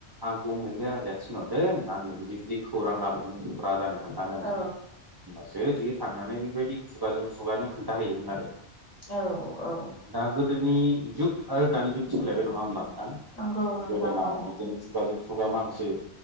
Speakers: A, on the right; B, on the left.
A: आंखौमुगनि राजाया थिनहरदों आं बिदि बिदि खौरां लाबोदों राजानो। खोन्थानोम
B: औ
A: होमबासो बियो थांनानै बेबायदि खुगाजों खुगानो खोन्थाहैयोमोन आरो
B: औ औ।
A: दा गोदोनि जुग आरो दानि जुग सोलायबाय नङा होमबा नोंथां?
B: नंगौ नोंथां
A: गोदोना
B: नंगौ
A: बिदिनो खुगाजों खुगा माखासे